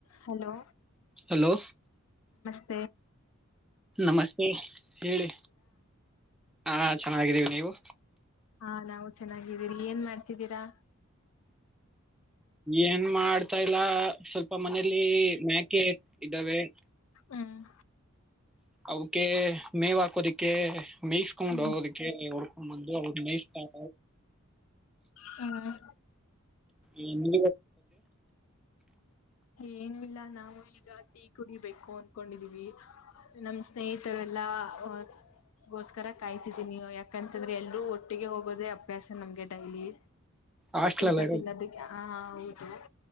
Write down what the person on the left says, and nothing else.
hello
ಹ
ಹಾ ನಾವು ಚೆನ್ನಾಗಿದ್ದೀರಿ ಏನ್ ಮಾಡ್ತಿದ್ದೀರಾ
ಹ್ಮ್
ಹ್ಮ್
ಹ್ಮ
ಏನು ಇಲ್ಲ ನಾವು ಈಗ ಟೀ ಕುಡಿಬೇಕು ಅನ್ಕೊಂಡಿದೀವಿ ನಮ್ ಸ್ನೇಹಿತರೆಲ್ಲಾ ಹ ಗೋಸ್ಕರ ಕಾಯ್ತಿದೀನಿ ಯಾಕಂತಂದ್ರೆ ಎಲ್ರೂ ಒಟ್ಟಿಗೆ ಹೋಗೋದೇ ಅಭ್ಯಾಸ ನಮ್ಗೆ ಡೈಲಿ
ಊಟ
ತಿನ್ನೋದಕ್ಕೆ ಹ ಹೌದು